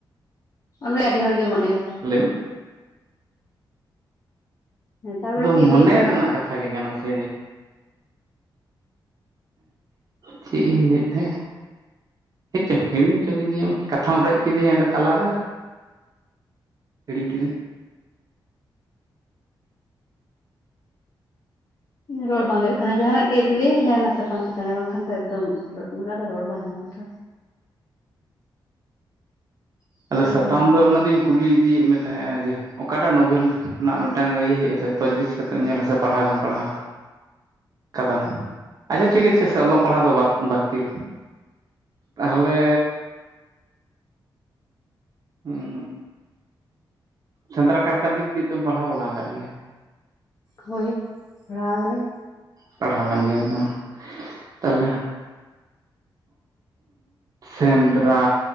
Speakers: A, on the left; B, on the right.
A: ᱚᱸᱰᱮ ᱟᱹᱰᱤ ᱦᱚᱲᱜᱮ ᱢᱚᱱᱮᱭᱟᱠᱚ
B: ᱞᱟᱹᱭ ᱢᱮ,
A: ᱛᱟᱨᱯᱚᱨᱮ
B: ᱟᱫᱚ
A: ᱪᱮᱫ
B: ᱢᱚᱱᱮ
A: ᱞᱟᱹᱭᱮᱫ ᱛᱟᱦᱮᱱᱟᱢ
B: ᱨᱮᱱᱟᱜ ᱠᱟᱛᱷᱟ ᱜᱮ ᱠᱟᱱᱟ ᱥᱮ᱾ ᱪᱮᱫ ᱤᱧ ᱞᱟᱹᱭᱮᱫ ᱛᱟᱦᱮᱸᱱᱟ? ᱪᱮᱫ ᱪᱚᱝ ᱦᱤᱲᱤᱧ ᱦᱚᱪᱚ ᱠᱤᱫᱤᱧᱟᱢ᱾ ᱠᱟᱛᱷᱟᱢ ᱨᱮᱡ ᱠᱮᱫᱤᱧᱟ ᱚᱸᱰᱮ ᱛᱟᱞᱟᱨᱮ᱾ ᱦᱤᱲᱤᱧ ᱠᱤᱫᱟᱹᱧ,
A: ᱨᱚᱲ ᱵᱟᱝ ᱦᱩᱭᱩᱜ ᱠᱟᱱᱟ ᱡᱟᱦᱟᱱᱟᱜ ᱜᱮ ᱞᱟᱹᱭ ᱢᱮ᱾ ᱡᱟᱦᱟᱱᱟᱜ ᱥᱟᱛᱟᱢ ᱪᱮᱛᱟᱱ ᱵᱟᱝᱠᱷᱟᱱ ᱫᱚ ᱮᱠᱫᱚᱢ ᱫᱚ ᱨᱚᱲ ᱵᱟᱝ ᱧᱟᱢᱟ ᱛᱚ᱾ ᱛᱚ
B: ᱟᱫᱚ
A: ᱨᱚᱲ
B: ᱥᱟᱛᱟᱢ
A: ᱵᱟᱝ ᱦᱩᱭᱩᱜ
B: ᱫᱚ
A: ᱠᱟᱱᱟ
B: ᱚᱱᱟ ᱫᱚᱧ ᱠᱩᱞᱤ ᱤᱫᱤᱭᱮᱫ ᱢᱮ ᱛᱟᱦᱮᱸᱜᱱᱟ ᱡᱮ᱾ ᱚᱠᱟᱴᱟᱜ ᱱᱚᱵᱮᱞ ᱨᱮᱱᱟᱜ ᱢᱤᱫ ᱴᱟᱝ ᱤᱭᱟᱹ ᱦᱩᱭᱩᱜᱭ-ᱟ, ᱟᱥᱮ ᱛᱚᱡᱽᱵᱤᱡᱽ ᱠᱟᱛᱮᱢ ᱧᱮᱞᱟ ᱥᱮ ᱯᱟᱲᱦᱟᱣ ᱜᱮᱢ ᱯᱟᱲᱦᱟᱣ᱾ ᱠᱟᱫᱟ, ᱟᱪᱪᱷᱟ ᱴᱷᱤᱠ ᱟᱪᱷᱮ ᱥᱮ ᱚᱞᱚᱜ ᱯᱟᱲᱦᱟᱜ ᱫᱚ ᱵᱟᱛᱤᱞ᱾ ᱛᱟᱦᱚᱞᱮ ᱦᱮᱸ ᱥᱮᱸᱫᱽᱨᱟ ᱠᱟᱨᱠᱟ ᱤᱫᱤ ᱫᱤᱠ ᱠᱟᱛᱮᱢ ᱯᱟᱲᱦᱟᱣ ᱵᱟᱲᱟ ᱟᱠᱟᱫ ᱜᱮᱭᱟ?
A: ᱦᱳᱭ ᱯᱟᱲᱦᱟᱣ ᱟᱠᱟᱱᱟᱹᱧ,
B: ᱯᱟᱲᱦᱟᱣ ᱜᱟᱱ ᱜᱮᱭᱟᱢ ᱛᱚ ᱛᱟᱦᱚᱞᱮ ᱥᱮᱸᱫᱽᱨᱟ